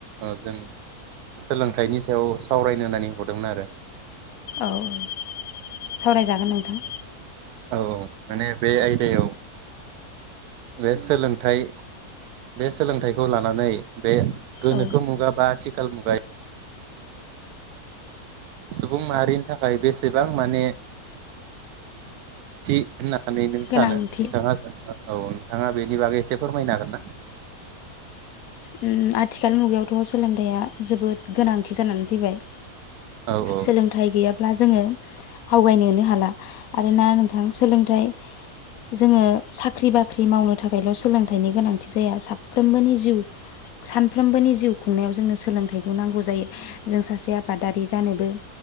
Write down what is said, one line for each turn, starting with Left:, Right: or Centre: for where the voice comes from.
Right: ओ जों सोलोंथाइनि सायाव सावरायनो होननानै हरदोंमोन आरो
Left: औ औ सावराय जागोन नोंथां
Right: औ औ माने बे आयदायाव बे सोलोंथाइ बे सोलोंथाइखौ लानानै बे गोनोखो
Left: औ
Right: मुगा बा आथिखाल बाय सुबुं माहारिनि थाखाय बेसेबां माने थि होनना नानै नों
Left: गोनांथि
Right: सानो नोंथाङा औ नोंथाङा बेनि बागै एसे फोरमायनो हागोन ना
Left: ओम आथिखाल मुगायावथ' सोलोंथायाइा जोबोद गोनांथि जानानै फैबाय
Right: औ औ
Left: सोलोंथाइ गैयाब्ला जोङो आवगायनोनो हाला आरोना नोंथां सोलोंथाइ जोङो साख्रि बाख्रि मावनो थाखायल' सोलोंथाइनि गोनांथि जाया साफ्रोमबोनि जिउ सानफ्रोमबोनि जिउ खुंनायाव जोंनो सोलोंथाइखौ नांगौ जायो जों सासे आबादारि जानोबो